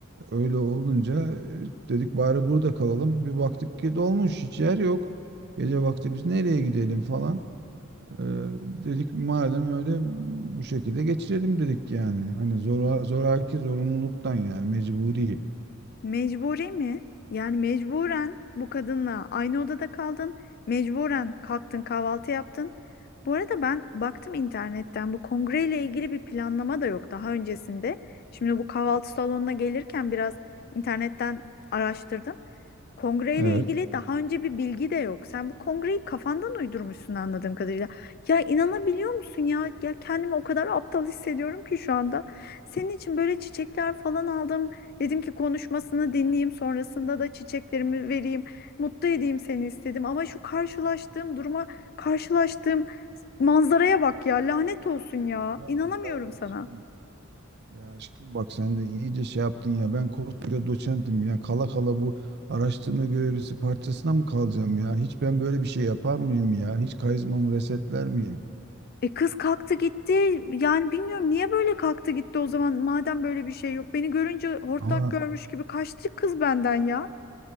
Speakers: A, on the right; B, on the left.
A: öyle olunca e, dedik bari burada kalalım. Bir baktık ki dolmuş hiç yer yok. Gece vakti biz nereye gidelim falan. Ee, dedik madem öyle bu şekilde geçirelim dedik yani. Hani zora, zoraki zorunluluktan yani mecburi.
B: Mecburi mi? Yani mecburen bu kadınla aynı odada kaldın. Mecburen kalktın kahvaltı yaptın. Bu arada ben baktım internetten bu kongreyle ilgili bir planlama da yok daha öncesinde. Şimdi bu kahvaltı salonuna gelirken biraz internetten araştırdım. Kongreyle
A: Evet.
B: ilgili daha önce bir bilgi de yok. Sen bu kongreyi kafandan uydurmuşsun anladığım kadarıyla. Ya inanabiliyor musun ya? Ya kendimi o kadar aptal hissediyorum ki şu anda. Senin için böyle çiçekler falan aldım. Dedim ki konuşmasını dinleyeyim, sonrasında da çiçeklerimi vereyim, mutlu edeyim seni istedim. Ama şu karşılaştığım duruma, karşılaştığım manzaraya bak ya. Lanet olsun ya.
A: Ya
B: İnanamıyorum sana.
A: aşkım ya aşkım bak sen de iyice şey yaptın ya. Ben koskoca doçentim ya. Kala kala bu araştırma görevlisi parçasına mı kalacağım ya? Hiç ben böyle bir şey yapar mıyım ya? Hiç karizmamı resetler miyim?
B: E kız kalktı gitti. Yani bilmiyorum niye böyle kalktı gitti o zaman. Madem böyle bir şey yok. Beni görünce hortlak
A: Ama
B: görmüş gibi kaçtı kız benden ya.